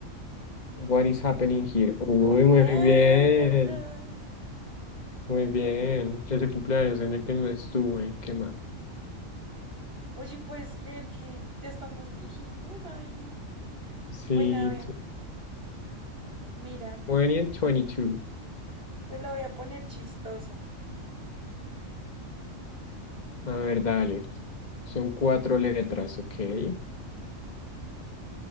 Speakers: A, on the left; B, on the right.
A: what is happening here? Uy,
B: ¡Cumpleaños!
A: muy bien, muy bien. Ese cumpleaños en el que no estuve, qué mal.
B: Oye, ¿puedes creer que ya estamos viejitos? Ay, no.
A: Sí,
B: Bueno, a ver, Mira,
A: 20 and 22.
B: te lo voy a poner chistoso.
A: A ver, dale. Son cuatro letras, ¿ok?